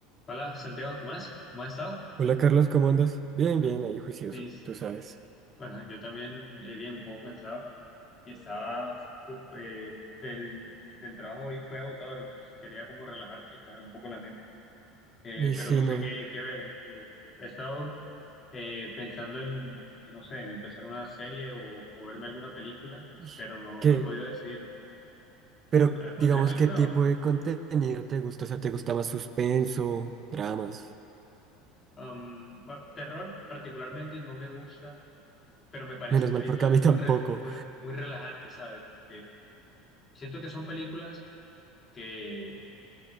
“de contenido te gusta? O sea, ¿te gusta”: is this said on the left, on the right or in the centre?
Right